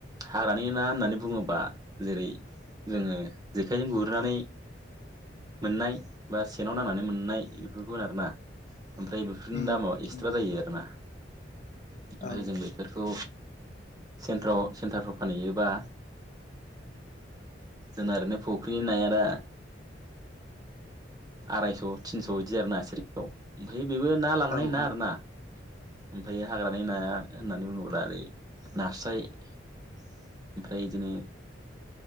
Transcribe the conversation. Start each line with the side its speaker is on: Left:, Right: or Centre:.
Right: हाग्रानि ना होननानै बुङोबा जेरै जोङो जेखाइजों गुरनानै मोननाय बा सेेनाव नांनानै मोननाय बेफोरखौ आरोना ओमफ्राय बे बेफोरनि
Left: उम
Right: दामा एक्सट्रा
Left: नंगौ
Right: जायो आरोना ओमफ्राय
Left: औ
Right: जों बे बेफोरखौ सेन्टाराव सेन्टारफ्राव फानहैयोबा जोंना ओरैनो फुख्रिनि नाया दा आरायस' थिनस' बिदि आर ना सिरियाव ओमफफ्राय बेबो ना लानानै
Left: औ
Right: ना
Left: औ
Right: आरोना ओमफ्राय हाग्रानि नाया होननानै बुङोब्ला ओरै नास्राय ओमफ्राय बिदिनो